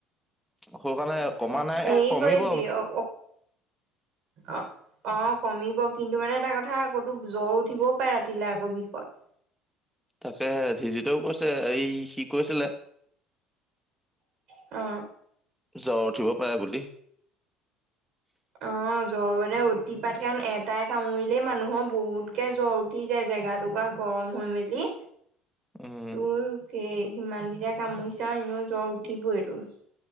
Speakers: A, in the centre; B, on the right (about 60°).
A: সেই কাৰণে
B: তাকে
A: কমা নাই
B: হেৰি
A: এ কমিব
B: কৰিবি অ অ অ কমিব কিন্তু মানে এটা কথা আকৌ তোৰ জ্বৰ উঠিবও পাৰে ৰাতিলে আকৌ বিষত।
A: তাকে ধিজিতেও কৈছে এই সি কৈছিলে।
B: অ
A: জ্বৰ উঠিব পাৰে বুলি। <unintelligible>
B: অ জ্বৰ মানে অতিপাত কাৰণ এটাই কামুৰিলেই মানুহৰ বহুতকে জ্বৰ উঠি যায় জেগা টোকা- গৰম হৈ মেলি।
A: <unintelligible> উম
B: তোৰ কি সিমান গিটাই কামুৰিছা এনো জ্বৰ উঠিবয়ে তোৰ।